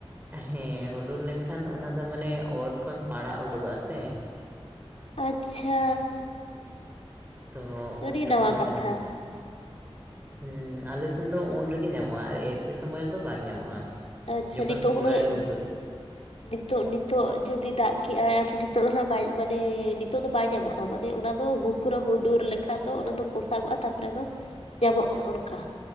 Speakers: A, on the right (about 20°); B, on the left (about 85°).
A: ᱦᱮᱸ ᱦᱩᱰᱩᱨ ᱞᱮᱠᱷᱟᱱ ᱚᱱᱟ ᱫᱚ ᱢᱟᱱᱮ ᱚᱛ ᱠᱷᱚᱱ ᱯᱟᱲᱟᱜ ᱩᱰᱩᱠᱚᱜᱼᱟ ᱥᱮ᱾
B: ᱟᱪᱪᱷᱟ᱾
A: ᱛᱚ ᱩᱱ
B: ᱟᱹᱰᱤ
A: ᱡᱚᱠᱷᱚᱱ
B: ᱱᱟᱣᱟ
A: ᱜᱮ
B: ᱠᱟᱛᱷᱟ
A: ᱚᱱᱟ ᱫᱚ᱾ ᱦᱩᱸ ᱟᱞᱮ ᱥᱮᱱ ᱫᱚ ᱩᱱ ᱨᱮᱜᱮ ᱧᱟᱢᱚᱜ-ᱟ ᱟᱨ ᱮᱥᱤ ᱥᱚᱢᱚᱭ ᱨᱮᱫᱚ ᱵᱟᱝ ᱧᱟᱢᱚᱜ-ᱟ᱾
B: ᱟᱪᱪᱷᱟ
A: ᱡᱚᱠᱷᱚᱱ
B: ᱱᱤᱛᱚᱜ
A: ᱯᱩᱨᱟᱭ
B: ᱦᱩᱱᱟᱹᱜ
A: ᱦᱩᱰᱩᱨᱟ᱾
B: ᱱᱤᱛᱚᱜ ᱱᱤᱛᱚᱜ ᱡᱩᱫᱤ ᱫᱟᱜ ᱠᱮᱜᱼᱟᱭ ᱡᱩᱫᱤ ᱛᱟᱣ ᱨᱮᱦᱚ ᱵᱟᱭ ᱢᱟᱱᱮ ᱱᱤᱛᱚᱜ ᱫᱚ ᱵᱟᱭ ᱧᱟᱢᱚᱜ-ᱟ ᱢᱟᱱᱮ ᱚᱱᱟ ᱫᱚ ᱦᱩ ᱯᱩᱨᱟᱹ ᱦᱩᱰᱩᱨ ᱞᱮᱠᱷᱟᱱ ᱫᱚ ᱚᱱᱟ ᱫᱚ ᱯᱚᱥᱟᱜᱚᱜᱼᱟ ᱛᱟᱯᱚᱨᱮ ᱫᱚ ᱧᱟᱢᱚᱜᱼᱟ ᱚᱱᱠᱟ᱾